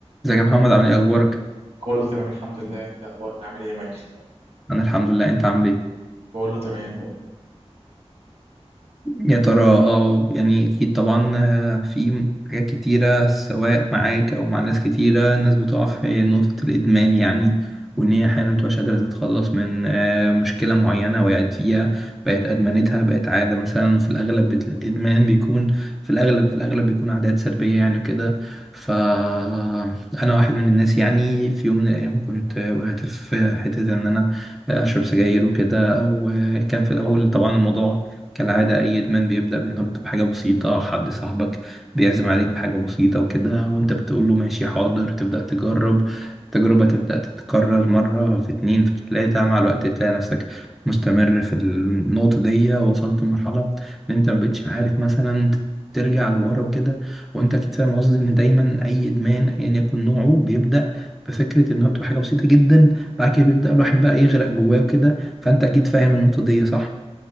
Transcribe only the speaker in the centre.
ازيك يا محمد عامل ايه اخبارك
انا الحمد لله انت عامل ايه
يا ترى اه يعني اكيد طبعا آه، في حاجات كتيرة سواء معاك او مع ناس كتيرة الناس بتقع في نقطة الادمان يعني وان هي احيانا متبقاش قادرة تتخلص من آه، مشكلة معينة وقعت فيها بقت ادمنتها بقت عادة مثلا في الاغلب بت- الادمان بيكون في الاغلب في الاغلب بيكون عادات سلبية يعني وكده فانا واحد من الناس يعني في يوم من الايام كنت وقعت في حتة ان انا آه، اشرب سجاير وكده او آه، كان في الاول طبعا الموضوع كالعادة أي إدمان بيبدأ بإنه بحاجة بسيطة حد صاحبك بيعزم عليك بحاجة بسيطة وكده وأنت بتقول له ماشي حاضر تبدأ تجرب التجربة تبدأ تتكرر مرة في اتنين في تلاتة مع الوقت تلاقي نفسك مستمر في النقطة دي وصلت لمرحلة إن أنت مبقتش عارف مثلا ترجع لورا وكده وأنت أكيد فاهم قصدي إن دايما أي إدمان أيا يكن نوعه بيبدأ بفكرة إنها بتبقى حاجة بسيطة جدا بعد كده بيبدأ الواحد بقى يغرق جواه وكده فأنت أكيد فاهم النقطة دي صح؟